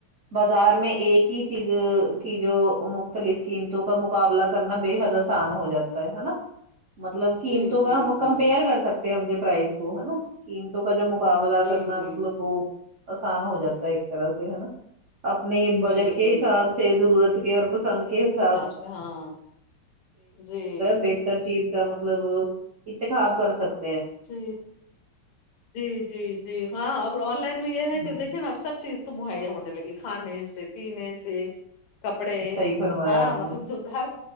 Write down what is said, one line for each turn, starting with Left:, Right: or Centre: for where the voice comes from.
Right: بازار میں ایک ہی چیز کی جو مختلف قیمتوں کا مقابلہ کرنا بے حد آ سان ہو جاتا ہے ہےنا مطلب قیمتوں
Left: جی
Right: کا
Left: جی
Right: ہم
Left: جی
Right: کمپیئر کر سکتے ہیں ان کے پرائز کو ہے نا قیمتوں کا جو مقابلہ
Left: جی
Right: کرنا
Left: جی
Right: مطلب وہ آسان ہو جاتا ہے ایک طرح سے ہے نا اپنی بجٹ
Left: جی
Right: کے حساب
Left: جی
Right: سے ضرورت کے اور پسند کے حساب
Left: سے ہاں جی
Right: بہتر چیز کا مطلب انتخاب کر سک
Left: جی جی جی جی ہاں اب آن لائن بھی یہ ہے
Right: ہ
Left: کہ دیکھے نا اب سب چیز تو مہیا ہونے لگی کھانے سے پینے سے کپڑے
Right: صحیح فرمایا
Left: ہاں
Right: آپ نے
Left: مطلب ہر